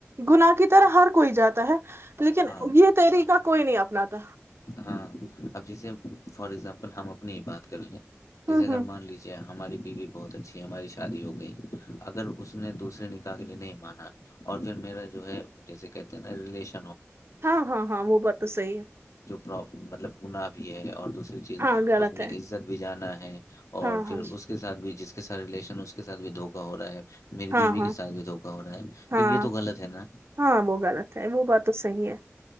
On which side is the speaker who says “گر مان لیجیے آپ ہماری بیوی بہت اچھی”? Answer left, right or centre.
Left